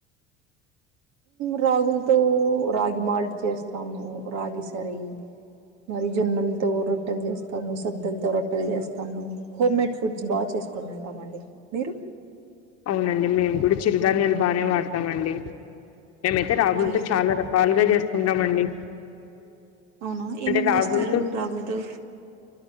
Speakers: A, on the right (about 50°); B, on the left (about 45°).
A: రాగులతో రాగి మాల్ట్ చేస్తాము రాగి సరి మరి జొన్నలతో రొట్టెలు చేస్తాము సద్దలతో రొట్టెలు చేస్తాము హోమ్మేడ్ ఫుడ్స్ బాగా చేసుకని ఉంటామండి మీరు.
B: అవునండి మేము కూడా చిరుధాన్యాలు బానే వాడతామండి. మేమైతే రాగూలతో
A: ఓకే
B: చాలా రకాలుగా చేసుకుంటామండి.
A: అవునా ఏమేమ్
B: అంటే రాగులతో
A: చేస్తారు రాగులు తో